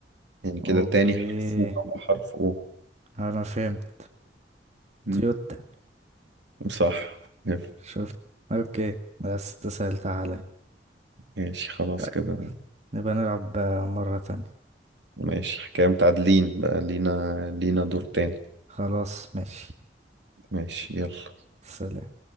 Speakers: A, on the right; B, on the right.
A: يعني كده
B: اوكي
A: تاني حرف ورابع حرف او
B: انا فهمت
A: مم،
B: تويوتا
A: صح حلو.
B: شفت اوكي بس انت سهلتها عليا
A: ماشي خلاص
B: طيب
A: كده
B: نبقى نلعب آه، مرة تانية
A: ماشي كده متعادلين بقى لينا لينا دور تاني
B: خلاص ماشي
A: ماشي يلا
B: سلام